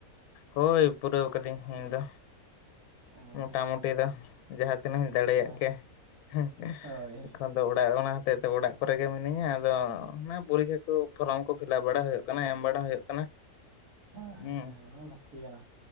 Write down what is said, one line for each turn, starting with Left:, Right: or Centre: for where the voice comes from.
Left: ᱦᱳᱭ ᱯᱩᱨᱟᱹᱣ ᱠᱟᱹᱫᱟᱹᱧ ᱤᱧ ᱫᱚ
Right: ᱚ
Left: ᱢᱚᱴᱟᱢᱩᱴᱤ ᱫᱚ ᱡᱟᱦᱟ ᱛᱤᱱᱟᱹᱜ ᱤᱧ ᱫᱟᱲᱮᱭᱟᱜ
Right: ᱦᱳᱭ
Left: ᱠᱮᱭᱟ ᱦᱩᱸ
Right: ᱦᱳᱭ
Left: ᱮᱠᱷᱚᱱ᱾ ᱟᱫᱚ ᱚᱲᱟᱜ ᱚᱱᱟ ᱦᱚᱛᱮᱫ ᱛᱮ ᱚᱲᱟᱜ ᱠᱚᱨᱮ ᱜᱮ ᱢᱤᱱᱟᱹᱧᱟ ᱟᱫᱚ ᱚᱻ ᱚᱱᱟ ᱯᱚᱨᱤᱠᱷᱟ ᱠᱚ ᱯᱷᱚᱨᱚᱢ ᱠᱚ ᱯᱷᱤᱞᱟᱯ ᱵᱟᱲᱟ ᱦᱳᱭᱳᱜ ᱠᱟᱱᱟ ᱮᱢ ᱵᱟᱲᱟ ᱦᱳᱭᱳᱜ ᱠᱟᱱᱟ
Right: ᱦᱮᱸ
Left: ᱩᱸ
Right: ᱚᱱᱟ ᱞᱟᱹᱠᱛᱤ ᱠᱟᱱᱟ